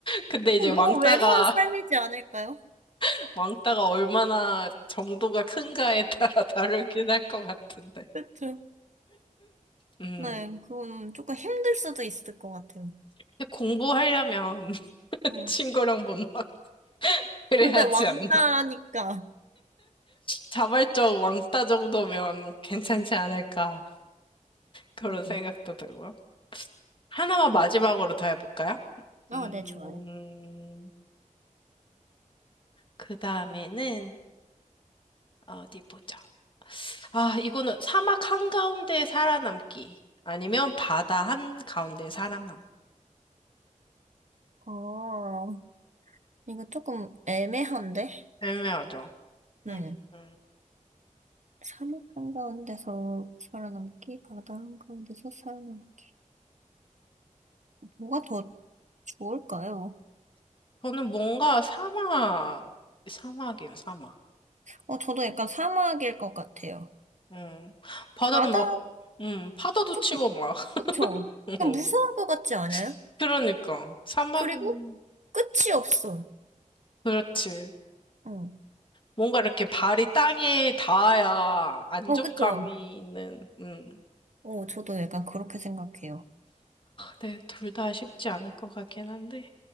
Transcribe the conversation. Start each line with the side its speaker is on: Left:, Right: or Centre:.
Left: 근데 이제
Right: 어,
Left: 왕따가,
Right: 너무 외로운 삶이지 않을까요?
Left: <laughs> 왕따가 얼마나 정도가 큰가에 따라 <laughs> 다르긴 할 것 같은데.
Right: 그쵸.
Left: 음.
Right: 네, 그건 조금 힘들 수도 있을 것 같아요.
Left: 근데 공부하려면 <laughs>
Right: 네.
Left: 친구랑 못 놀아. 그래야지
Right: 근데 왕따니까.
Left: 않나. 자발적 왕따 정도면 괜찮지
Right: 음,
Left: 않을까. 그런
Right: 하고.
Left: 생각도 들고요. 하나만 마지막으로 더 해볼까요?
Right: 어,
Left: 음,
Right: 네, 좋아요.
Left: 그 다음에는, 어디 보자. 아, 이거는 사막 한가운데 살아남기. 아니면 바다 한가운데 살아남.
Right: 어, 이거 조금 애매한데?
Left: 애매하죠.
Right: 네.
Left: 음, 음.
Right: 사막 한가운데서 살아남기, 바다 한가운데서 살아남기. 뭐가 더 좋을까요?
Left: 저는 뭔가 사막, 사막이에요, 사막.
Right: 어, 저도 약간 사막일 것 같아요.
Left: 음. 바다는
Right: 바다,
Left: 막, 음, 파도도
Right: 좀,
Left: 치고 막.
Right: 그쵸?
Left: <laughs>
Right: 약간 무서울 것 같지 않아요?
Left: 그러니까. 사막은,
Right: 그리고 끝이 없어.
Left: 그렇지.
Right: 어,
Left: 뭔가 이렇게 발이 땅에 닿아야 안정감이
Right: 어, 그쵸?
Left: 있는, 음.
Right: 어, 저도 약간 그렇게 생각해요.
Left: 네, 둘 다 쉽지 않을 것 같긴 한데.